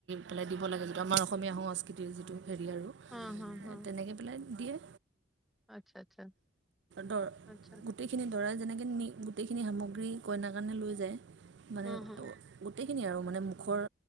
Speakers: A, on the right; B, in the centre.
A: পেলে দিব লাগে আমাৰ অসমীয়া সংস্কৃতিৰ যিটো হেৰি আৰু
B: অ হ হ
A: তেনেকৈ পেলাই দিয়ে।
B: আচ্ছা আচ্ছা
A: দৰ
B: আচ্ছা
A: গোটেইখিনি দৰাই যেনেকে নি গোটেইখিনি সামগ্ৰী কইনাৰ কাৰণে লৈ যায়। মানে
B: উম হুম
A: গোটেই। খিনি আৰু মানে মুখৰ।